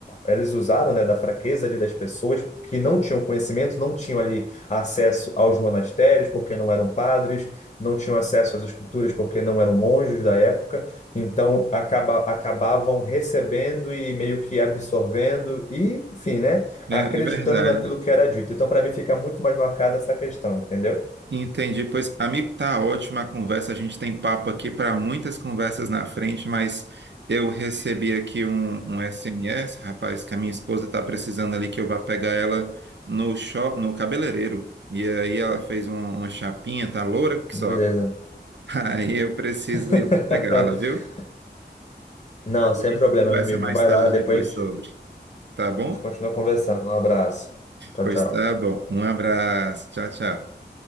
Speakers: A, on the left; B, on the right.
A: eles usaram, né, da fraqueza ali das pessoas que não tinham conhecimento, não tinham ali acesso aos monastérios, porque não eram padres, não tinham acesso às escrituras, porque não eram monges da época, então, acaba, acabavam recebendo e meio que absorvendo e, enfim, né?
B: É,
A: Acreditando
B: é verdade.
A: naquilo que era dito. Então, para mim, fica muito mais marcada essa questão, entendeu?
B: Entendi. Pois, amigo, tá ótima a conversa. A gente tem papo aqui para muitas conversas na frente, mas eu recebi aqui um, um SMS, rapaz, que a minha esposa tá precisando ali que eu vá pegar ela no shop, no cabeleireiro. E aí ela fez uma, uma chapinha, tá loura que
A: Beleza.
B: só agora. <laughs> Aí eu preciso
A: <laughs>
B: ir lá pegá-la, viu?
A: Não,
B: A
A: sem
B: gente
A: problema,
B: conversa
A: meu amigo.
B: mais
A: Vai
B: tarde
A: lá, depois
B: depois
A: a gente
B: sobre, tá bom?
A: a gente continua conversando. Um abraço. Tchau,
B: Pois
A: tchau.
B: tá bom. Um abraço. Tchau, tchau.